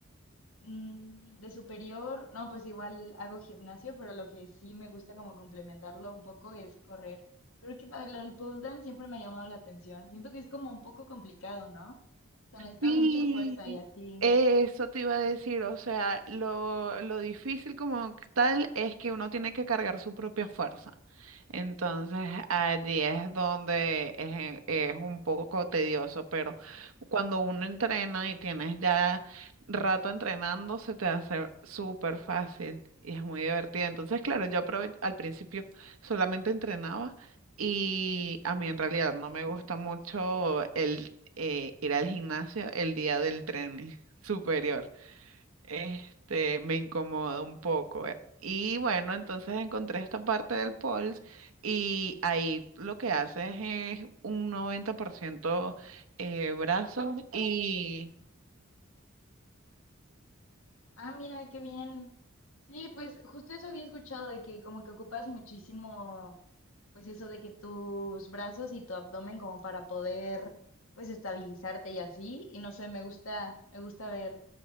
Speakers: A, on the left (about 75°); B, on the right (about 80°).
A: mm, de superior, no, pues igual hago gimnasio, pero lo que sí me gusta como complementarlo un poco es correr. Pero que para lo del pole dance siempre me ha llamado la atención. Siento que es como un poco complicado, ¿no? O sea, necesitas
B: Sí,
A: mucha fuerza y así.
B: eso te iba a decir, o sea, lo, lo difícil como tal es que uno tiene que cargar su propia fuerza. Entonces, allí es donde es, es un poco tedioso, pero cuando uno entrena y tienes ya rato entrenando, se te hace súper fácil y es muy divertido. Entonces, claro, yo aprove- al principio solamente entrenaba. Y a mí en realidad no me gusta mucho el eh, ir al gimnasio el día del tren <laughs> superior. Este, me incomoda un poco. eh. Y bueno, entonces encontré esta parte del POLS y ahí lo que haces es un 90% eh, brazos y
A: Ah, mira, qué bien. Sí, pues justo eso había escuchado de que como que ocupas muchísimo, pues eso de que tus brazos y tu abdomen como para poder pues estabilizarte y así. Y no sé, me gusta, me gusta ver,